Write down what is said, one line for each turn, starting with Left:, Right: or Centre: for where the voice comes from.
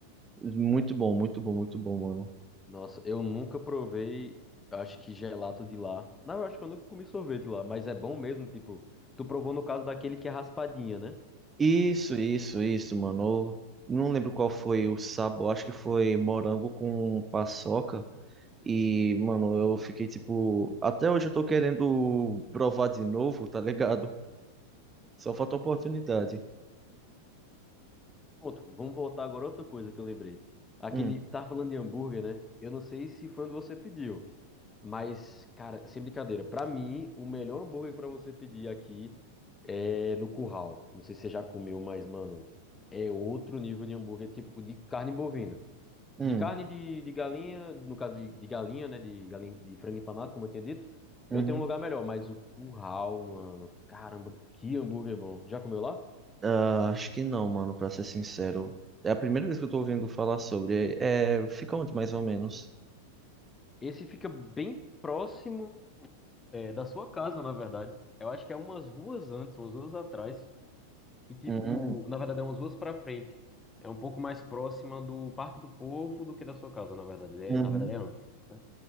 Right: muito bom, muito bom, muito bom, mano.
Left: Nossa, eu nunca provei, acho que gelato de lá. Não, eu acho que eu nunca comi sorvete lá, mas é bom mesmo, tipo, tu provou no caso daquele que é raspadinha, né?
Right: Isso, isso, isso, mano. Eu não lembro qual foi o sabor, acho que foi morango com paçoca. E, mano, eu fiquei tipo. Até hoje eu tô querendo provar de novo, tá ligado? Só falta oportunidade.
Left: Ponto. Vamos voltar agora a outra coisa que eu lembrei. Aquele,
Right: Hum,
Left: tá falando de hambúrguer, né? Eu não sei se foi onde você pediu, mas, cara, sem brincadeira, pra mim, o melhor hambúrguer pra você pedir aqui é no Curral. Não sei se você já comeu, mas, mano, é outro nível de hambúrguer, tipo de carne bovina.
Right: hum,
Left: De carne de, de galinha, no caso de, de galinha, né? De, galinha, de frango empanado, como eu tinha dito,
Right: uhum.
Left: eu tenho um lugar melhor, mas o Curral, mano, caramba, que hambúrguer bom. Já comeu lá?
Right: Ah, acho que não, mano, pra ser sincero. É a primeira vez que eu tô ouvindo falar sobre. É, fica onde mais ou menos?
Left: Esse fica bem próximo. É, da sua casa, na verdade. Eu acho que é umas ruas antes, umas ruas atrás. E, tipo,
Right: Uhum,
Left: na verdade, é umas ruas pra frente. É um pouco mais próxima do Parque do Povo do que da sua casa, na verdade. Ele
Right: uhum,
Left: É, na verdade, é antes, né?